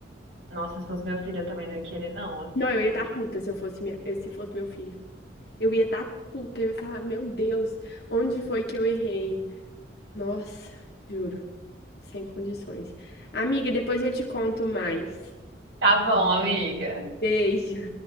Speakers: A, on the right; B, on the left.
A: Nossa, se fosse meu filho, eu também não ia querer, não. Assim,
B: Não, eu ia
A: não
B: estar
A: é justo.
B: puta se eu fosse minha... eu- se fosse meu filho. Eu ia estar puta, eu ia falar, meu Deus, onde foi que eu errei? Nossa, juro, sem condições. Amiga, depois eu te conto mais.
A: Tá bom, amiga.
B: Beijo.